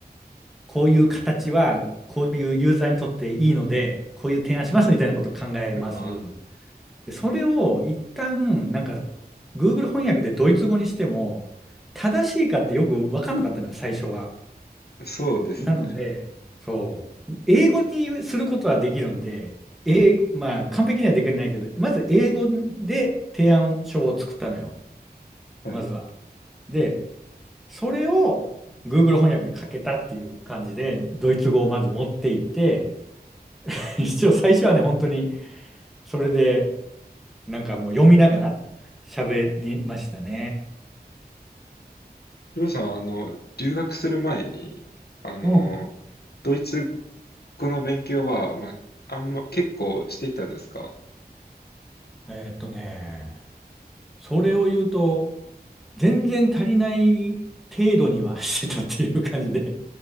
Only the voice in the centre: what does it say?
こういう形は、こういうユーザーにとっていいので、こういう提案しますみたいなことを考えます。
で、それを一旦、なんか、Google 翻訳でドイツ語にしても、正しいかってよく分かんなかったのよ、最初は。
なので、そう、英語にすることはできるんで、英まあ、完璧にはできないけど、まず英語で提案書を作ったのよ、
まずは。で、それを Google 翻訳にかけたっていう感じで、ドイツ語をまず持っていって、<laughs> 一応最初はね、本当にそれで、なんかもう読みながら喋りましたね。
うん。
えーっとね、それを言うと、全然足りない程度には <laughs> してたっていう感じで、